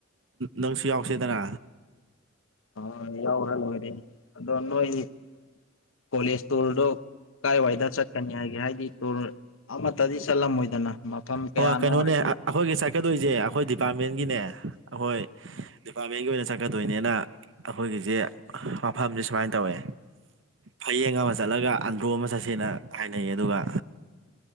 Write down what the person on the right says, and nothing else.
ꯅꯪꯁꯨ ꯌꯥꯎꯁꯤꯗꯅ
ꯑꯣ ꯀꯩꯅꯣꯅꯦ
ꯑꯈꯣꯏꯒꯤ ꯆꯠꯀꯗꯣꯏꯖꯦ ꯑꯈꯣꯏ ꯗꯤꯄ꯭ꯥꯔꯠꯃꯦꯟꯒꯤꯅꯦ ꯑꯈꫭꯏ ꯗꯤꯄ꯭ꯥꯔꯃꯦꯟꯒꯤ ꯑꯣꯏꯅ ꯆꯠꯀꯗꯣꯏꯅꯤꯅ ꯑꯈꯣꯏꯒꯤꯖꯦ ꯃꯐꯝꯖꯦ ꯁꯨꯃꯥꯏ ꯇꯧꯋꯦ ꯐꯌꯦꯡ ꯑꯃ ꯆꯠꯂꯒ ꯑꯟꯗ꯭ꯔꯣ ꯑꯃ ꯆꯠꯁꯦꯅ ꯍꯥꯏꯅꯩꯌꯦ ꯑꯗꯨꯒ